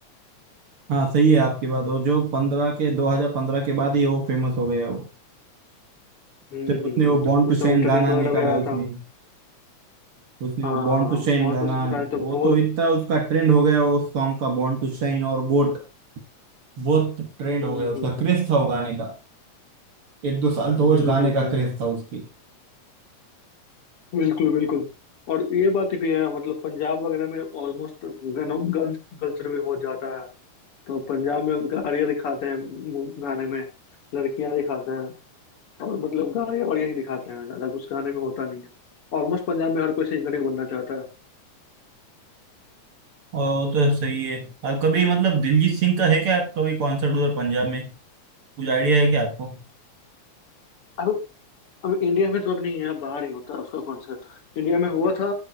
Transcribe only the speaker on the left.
हम्म
हम्म
हम्म
उस समय
इंटरनेट
वगैरह
भी आया
था
हाँ
बॉन्ड
टू साइन
तो
बहुत
हम्म
हम्म
हम्म
हम्म
हम्म,
हम्म,
बिल्कुल बिल्कुल और ये बात भी है मतलब पंजाब वगैरह में ऑलमोस्ट गन गन कल्चर भी बहुत ज्यादा है तो पंजाब में गाड़ियाँ दिखाते हैं मु- गाने में लड़कियां दिखाते हैं और मतलब गाने बढ़िया ही दिखाते हैं ज्यादा कुछ गाने में होता नहीं है ऑलमोस्ट पंजाब में हर कोई सिंगर ही बनना चाहता है
अब अब इंडिया में तो अब नहीं है अब बाहर ही होता है उसका कॉन्सर्ट इंडिया में हुआ था